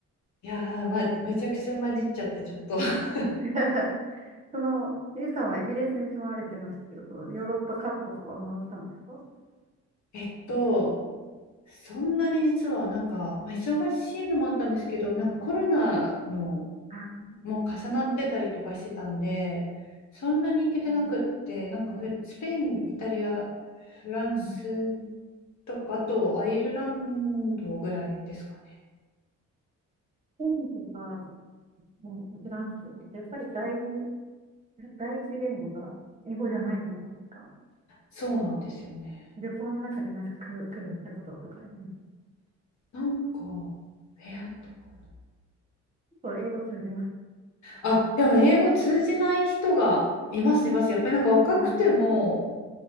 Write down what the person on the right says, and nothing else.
<laughs> その、ゆうさんはイギリスに住まわれてましたけど、そのヨーロッパ各国は回ったんですか
あ
そうで
すね。
うん。
スペインとか、フランスとかってやっぱり第二、第一言語が英語じゃないじゃないですか。
旅行の中でなんか苦苦労したこととかあります。
結構英語通じます。
ありました。